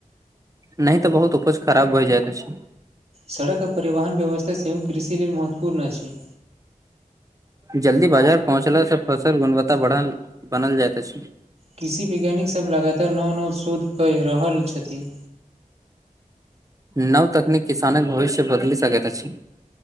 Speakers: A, on the right; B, on the right.
A: नहि तऽ बहुत उपज खराब हो जाइत छै
B: सड़क आ परिवहन व्यवस्था सेहो कृषि लेल महत्वपूर्ण अछि
A: जल्दी बाजार पहुँचलास से फसल गुणवत्ता बढ़ल बनल जाइत छै
B: कृषि वैज्ञानिकसभ लगातार नव नव शोध कऽ रहल छथिन
A: नव तकनीक किसानक भविष्य बदलि सकैत अछि